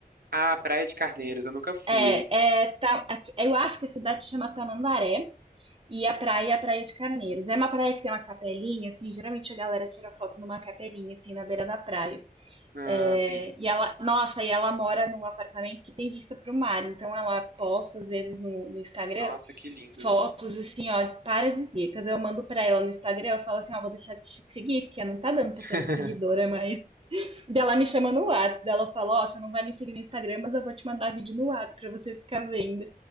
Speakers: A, on the right; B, on the right.
A: Ah, Praia de Carneiros, eu nunca fui.
B: É, é, tá eu acho que a cidade chama Tamandaré. E a praia é a Praia de Carneiros. É uma praia que tem uma capelinha, assim, geralmente a galera tira foto numa capelinha, assim, na beira da praia.
A: Ah,
B: É,
A: sim.
B: e ela, nossa, e ela mora num apartamento que tem vista para o mar, então ela posta, às vezes, no, no Instagram,
A: Nossa, que lindo.
B: fotos, assim, ó, paradisíacas. Eu mando pra ela no Instagram, eu falo assim, ó, vou deixar de te seguir, porque não tá dando pra
A: <laughs>
B: ser tua seguidora, mas... <laughs> Daí ela me chama no WhatsApp, daí ela fala, ó, você não vai me seguir no Instagram, mas eu vou te mandar vídeo no WhatsApp pra você ficar vendo.